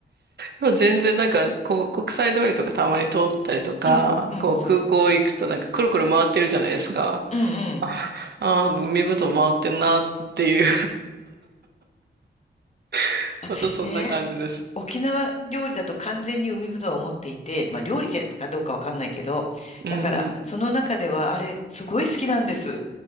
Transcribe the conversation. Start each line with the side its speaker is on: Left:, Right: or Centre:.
Right: もう全然なんか、こう、国際通りとかたまに通ったりとか、
Left: <laughs> うん、うん、
Right: こう、
Left: そうそう。
Right: 空港行くとなんかくるくる回ってるじゃないですか。
Left: うん、うん。
Right: あ、あー、海ぶどう回ってんなっていう <laughs>
Left: 私ね、
Right: またそんな感じです。
Left: 沖縄料理だと完全に海ぶどうを持っていて、まあ料理じゃかどうかわかんないけど、
Right: うんうん。
Left: だからその中ではあれすごい好きなんです。